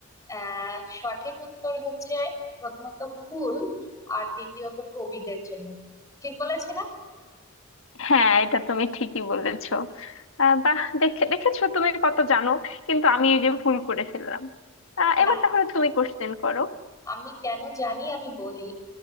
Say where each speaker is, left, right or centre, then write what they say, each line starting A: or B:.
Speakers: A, on the left; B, on the left.
A: আহ সঠিক উত্তর হচ্ছে প্রথমত ফুল আর দ্বিতীয়ত কবিদের জন্য ঠিক বলেছি না
B: হ্যাঁ এটা তুমি ঠিকই বলেছো আহ, বাহ দেখে দেখেছো তুমি কত জানো কিন্তু আমি এই যে ভুল করে ফেললাম আহ, এবার
A: না
B: তাহলে তুমি কোশ্চেন করো
A: আমি কেন জানি আমি বলি